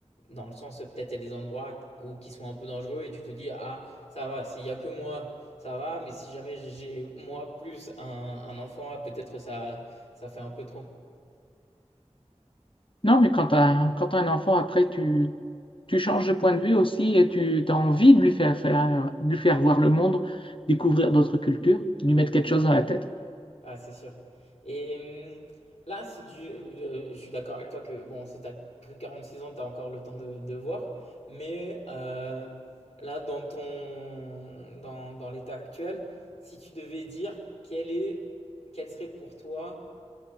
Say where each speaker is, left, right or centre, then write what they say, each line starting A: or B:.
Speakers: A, on the left; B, on the left.
A: dans le sens, euh, peut-être il y a des endroits où, qui sont un peu dangereux et tu te dis, ah, ça va, s'il y a que moi, ça va, mais si jamais j'ai moi plus un, un enfant, ah, peut-être ça, ça fait un peu trop.
B: Non, mais quand tu as, quand t'as un enfant, après, tu, tu changes de point de vue aussi et tu as envie de lui faire, faire- de lui faire voir le monde, découvrir d'autres cultures, lui mettre quelque chose dans la tête.
A: Ah, c'est sûr. Et hum, là, si du, euh, je suis d'accord avec toi que, bon, si t'as que 46 ans, t'as encore le temps de, de voir, mais euh, là, dans ton, dans, dans l'état actuel, si tu devais dire quel est, quel serait pour toi